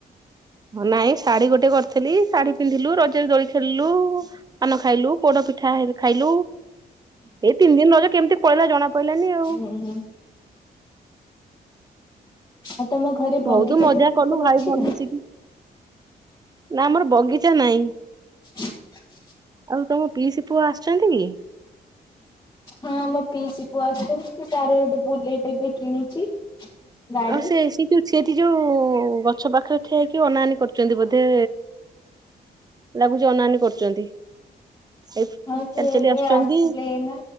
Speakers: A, on the right; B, on the left.
A: ନାଇଁ ଶାଢ଼ୀ ଗୋଟେ କରିଥିଲି। ଶାଢୀ ପିନ୍ଧିଲୁ ରଜରେ ଦୋଳି ଖେଳିଲୁ ପାନ ଖାଇଲୁ ପୋଡପିଠା ହେର ଖାଇଲୁ। ଏଇ ତିନି ଦିନ୍ ରଜ କେମିତି ପହିଲା ଜଣା ପଡିଲାନି ଆଉ।
B: ହୁଁ ହୁଁ। ଆଉ ତମ ଘରେ ବଗିଚା
A: ବହୁତ ମଜା
B: <inaudible>
A: କଲୁ
B: ସବୁ
A: ଭାଇ
B: ଅଛି
A: ଭଉଣୀ
B: ନା?
A: ମିଶିକି ନା ଆମର ବଗିଚା ନାହିଁ।
B: ହ
A: ଆଉ ତମ ପିଇସି ପୁଅ ଆସିଛନ୍ତି କି?
B: ହଁ ମୋ ପିଇସି ପୁଅ ଆସଛନ୍ତି ତାର ଗୋଟେ ବୁଲେଟ ଏବେ କିଣିଛି। ଗାଡି।
A: ଅ ସେ ଏସି କ୍ୟୁ ସେଠି ଯୋଉ ଗଛ ପାଖରେ ଠିଆହେଇକି ଅନାଅନି କରୁଚନ୍ତି ବୋଧେ। ଲାଗୁଛି ଅନାଅନି କରୁଚନ୍ତି। ଏ ଚାଲି
B: ହଁ ସେ
A: ଚାଲି
B: ଏବେ
A: ଆସୁଚନ୍ତି
B: ଆସିଲେ ଏଇନା